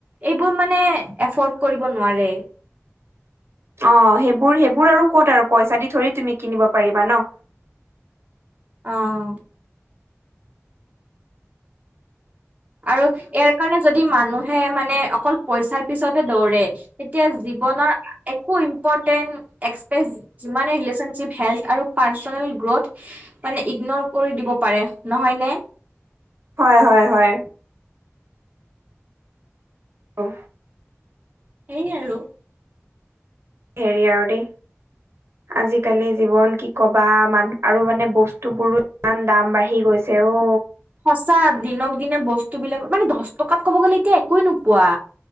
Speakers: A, on the right (about 30°); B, on the right (about 55°).
A: এইবোৰ মানে এফৰ্ড- কৰিব নোৱাৰে।
B: অঁ, সেইবোৰ -সেইবোৰ আৰু ক'ত আৰু পইচা দি থৰি তুমি কিনিব পাৰিবা ন'। <unintelligible>
A: অঁ। আৰু ইয়াৰ কাৰণে যদি মানুহে মানে অকল- পইচাৰ পিছতে দৌৰে তেতিয়া জীৱনৰ একো ইম্পৰ্টেন্ট, এক্সপেচ- যিমানে ৰিলেশনশ্বিপ- হেল্প আৰু পাৰ্চনেল গ্ৰৰ্থ মানে ইগনৰ কৰি দিব পাৰে নহয় নে।
B: হয় হয় হয়। অঁ।
A: এই আৰু।
B: হেৰি আৰু দেই। আজিকালি জীৱন কি কবা মানুহ আৰু মানে বস্তু বোৰো ইমান দাম বাঢ়ি গৈছে অ।
A: সঁচা, দিনক দিনে বস্তু বিলাকত মানে দ'হ টকাত ক'ব গ'লে এতিয়া একোৱে নোপোৱা।